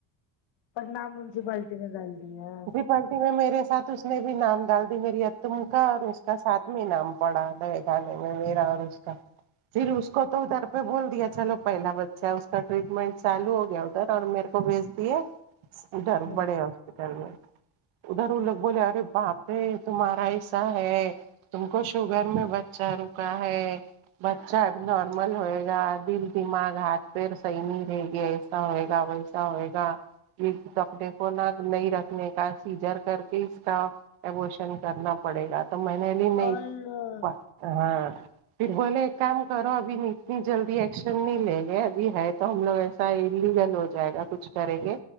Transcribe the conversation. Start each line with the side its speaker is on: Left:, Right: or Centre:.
Left: پرنام منسیپالٹی میں ڈال دی ہیں
Right: پٹی میں میرے ساتھ اس نے بھی نام ڈال دی میری ع تم کا اور اس کا ساتھ میں نام پڑا دے اکیلے میں میرا اور اس کا پھر اس کو تو ادھر پے بول دیا چلو پہلا بچہ اس کا ٹریٹمنٹ چالو ہو گیا ادھر اور میرے کو بھیج دیے ہے ادھر
Left: ہاں
Right: بڑے ہاسپٹل میں ادھر ان لوگ بولے ارے باپ رے تمہارا ایسا ہے تم کو شوگر میں بچہ رکا ہے بچہ اب نارمل ہوئے گا دل دماغ ہاتھ پیر صحیح نہیں رہے گے ایسا ہوئے گا ویسا ہوئے گا یہ کپڑے کو نہ نہیں رکھنے کا سیجر کر کے اس کا ایبوشن کرنا پڑے گا تو میں نے نہیں
Left: اللہ
Right: ہاں پھر بولے ایک کام کرو ابھی اتنی جلدی ایکشن نہیں لے گے ابھی ہے تو ہم لوگ ایس کی بھی حل ہو جائے گا کچھ کریں گے